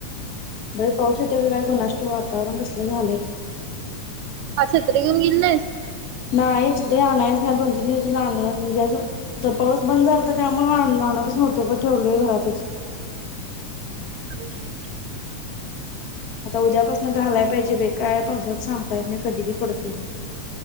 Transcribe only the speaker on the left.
बये पाऊस येतोय की काय कोणास ट वातावरण कसल झालंय.
ना एच ते आणायचं नाही दोन तीन दिवस झालं आणलं म्हणजे अज द पाऊस बंद झालता त्यामुळं आणल आणतच नव्हतो ग ठेवलोय घरातच.
आता उद्यापासून घालाय पाहिजे बाई, काय पावसात सांगता येत नाही कधी बी पडतय.